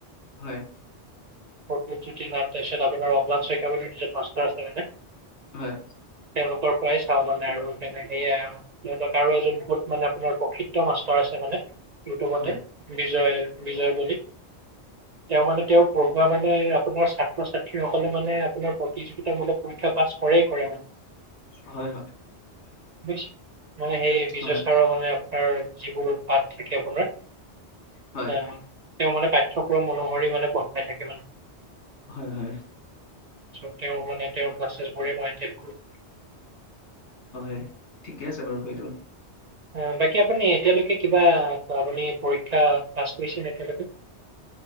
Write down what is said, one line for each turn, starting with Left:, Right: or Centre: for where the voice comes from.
Left: হয়।
Right: প্ৰদীপজোতি নাথ, তাৰপিছত আপোনাৰ অম্লান শইকীয়া বুলি মাষ্টাৰ আছিলে যে
Left: হয়।
Right: তেওঁলোকৰ পৰাই চাওঁ মানে আৰু তেনেকেইয়ে আৰু ধৰি লক আৰু এজন মানে আপোনাৰ প্ৰসিদ্ধ মাষ্টাৰ আছে মানে ইউটিউবতে
Left: হয়,
Right: বিজয়, বিজয় বুলি তেওঁ মানে তেওঁ পঢ়োৱা মানে আপোনাৰ ছাত্ৰ ছাত্ৰীসকলে মানে আপোনাৰ প্ৰতিযোগিতামূলক পৰীক্ষা পাছ কৰেই কৰে মানে
Left: হয়, হয়,
Right: বুজিছে? মানে সেই
Left: হয়,
Right: বিজয় চাৰৰ মানে তাৰ যিবোৰো পাত থাকে আপোনাৰ
Left: হয়।
Right: আহ তেওঁ মানে পাঠ্যয়ক্ৰম অনুসৰি মানে পঢ়াই থাকে মানে।
Left: হয় হয়
Right: ছ' তেওঁ মানে তেওঁৰ ক্লাছেছবোৰেই মই এটেণ্ড কৰোঁ
Left: হয় ঠিকে আছে বাৰু সেইটো
Right: অ বাকী আপুনি এতিয়ালৈকে কিবা আপুনি পৰীক্ষা পাছ কৰিছিলে এতিয়ালেকে